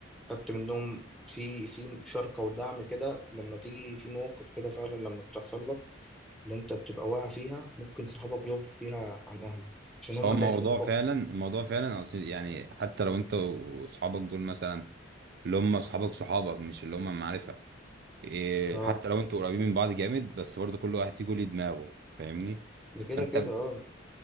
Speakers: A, in the centre; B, on the right (about 50°).
A: خدت منهم في في مشاركة ودعم كده لما تيجي في مواقف كده فعلا لما بتحصل لك اللي انت بتبقى واقع فيها ممكن صحابك يقفوا فيها عن اهلك عشان
B: بس
A: هم
B: هو الموضوع
A: اللي هيفهموك
B: فعلا
A: اكتر
B: الموضوع فعلا أصل يعني حتى لو انت واصحابك دول مثلا اللي هم اصحابك صحابك مش اللي هم معرفة إيه،
A: اه
B: حتى لو انتوا قريبين من بعض جامد بس برضه كل واحد فيكم ليه دماغه فاهمني
A: ده كده
B: فانت
A: كده
B: ب-
A: اه